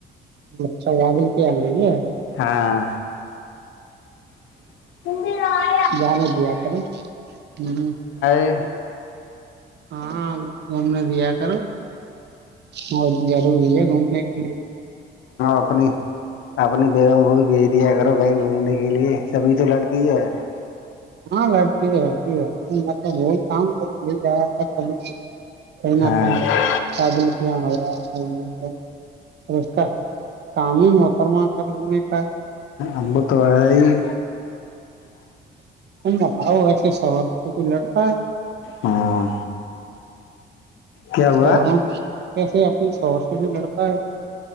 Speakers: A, on the right (about 60°); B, on the left (about 80°).
A: اچھا ودل کیا ہے <unintelligible> صحی ہے <unintelligible>
B: ہاں <unintelligible> ت <unintelligible>
A: جان دیا کروں ہ
B: تے <unintelligible>
A: ہاں گھومنے دیا <unintelligible> ر بہت ضروری ہے گھومنے کے لیے <unintelligible>
B: اپنی اپنی بیگوں کو بھی بھیج دیا کرو کہیں گھومنے کے لیے سبھی تو لگتی ہے
A: ہاں گ <unintelligible> ٹھیک ہےٹیک ہے میں تو بولتا ہوں ب لے جایا تھا کبھی کہیں نہ
B: ہاں
A: کہیں بادل کیا ہوا اس کا کام ہی موتر م مٹا ہ
B: ابو تو ہے ہی
A: کا باو ایس <unintelligible> تور سے کوئی لڑتا ہے <unintelligible>
B: ہاں کیا ہوا
A: توو نا <unintelligible> ایسے اپنی سورس بھی لڑتا ہے